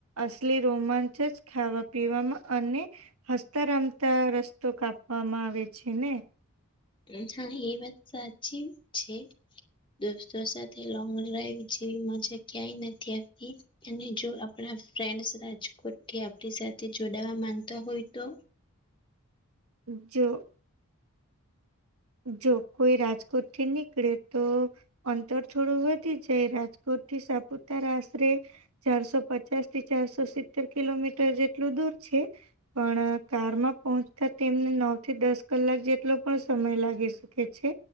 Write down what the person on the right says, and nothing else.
અસલી રોમાંચ જ ખાવા પીવામાં અને હસતા રમતા રસ્તો કાપવામાં આવે છે ને.
જો. જો કોઈ રાજકોટ થી નીકળે તો.. અંતર થોડું વધી જાય. રાજકોટ થી સાપુતાર આશરે ચારસો પચાસ થી ચારસો સિત્તેર કિલોમીટર જેટલું દૂર છે. પણ કારમાં પહોંચતા તેમને નવ થી દસ કલાક જેટલો પણ સમય લાગે. આવી શકે છે